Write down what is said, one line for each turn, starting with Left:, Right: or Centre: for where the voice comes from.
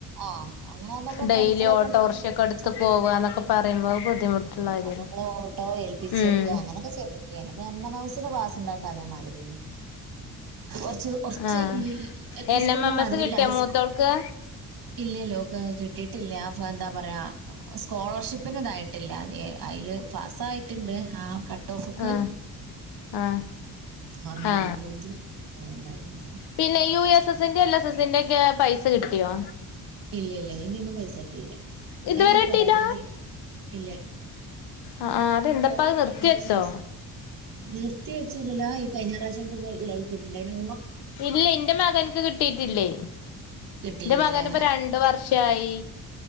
Right: ആഹ് അങ്ങനെ ആകുമ്പോ നമ്മളെ
Left: ഡെയിലി
Right: ഫ്രണ്ട്സിലൊക്കെ
Left: ഓട്ടോ
Right: ഉണ്ടെങ്കിൽ
Left: റിഷൊക്കെ
Right: ഒരുമിച്ച്
Left: എടുത്ത് പോവന്നൊക്കെ പറയുമ്പോ ബുദ്ധിമുട്ടുള്ള കാര്യല്ലേ
Right: അപ്പ നമ്മൾ ഓട്ടോ ഏൽപ്പിച്ചൊക്കെ
Left: ഉം
Right: അങ്ങനെൊക്കെ ചെയ്തക്കെയാണ് അപ്പൊ എൻ മ്മ മ്മ സ് ന്റൊ ക്ലാസ് ണ്ടായിട്ട് അതേമാതിരിയെനി കുറച്ച് കുറച്ച്
Left: ആ
Right: ഈ എൽ പി
Left: എൻ
Right: സ്കൂളിന്റെ
Left: എം എം
Right: മാതിരിള്ള
Left: എസ് കിട്ടിയോ
Right: ഹൈ
Left: മൂത്തോൾക്ക്
Right: സ്കൂൾ ഇല്ലല്ലോ ഒക്കെ കിട്ടിയിട്ടില്ല അപ്പൊ എന്താ പറയാ സ്കോളർഷിപ്പ് പിന്നെ ഇതായിട്ടില്ല അതില് പാസായിട്ടുണ്ട് ആ കട്ട് ഓഫ് ഒക്ക്
Left: ആ ആ
Right: ഞ്ഞ
Left: ആ
Right: നാലഞ്ച് പറയണ്ടാരുന്നു
Left: പിന്നെ യു എസ് എസ്സിന്റെ എൽ എസ് എസ്സിന്റെ ഒക്കെ പൈസ കിട്ടിയോ
Right: ഇല്ല ഇല്ല അതിറെ ഒന്നും പൈസ കിട്ടിയില്ല
Left: ഇതുവരെ
Right: അ ഈ
Left: കിട്ടീല്ല
Right: കൊറോണന്റെ ഇല്ല
Left: ആ ആ് അതെന്താപ്പ
Right: കൊറോണ
Left: അത് നിർത്തി
Right: കഴിഞ്ഞതിന്
Left: വെച്ചോ
Right: ശേഷം നിർത്തി വെച്ചോറല്ലോ ഈ കഴിഞ്ഞ പ്രാവശ്യം ഒെള്ള കിട്ടണ്ട അയ്നു
Left: ഇല്ല എന്റെ മകനക്ക് കിട്ടീട്ടില്ലേ
Right: കിട്ടിയില്ല
Left: എന്റെ മകന്
Right: അല്ലെ
Left: ഇപ്പോ രണ്ട് വർഷമായി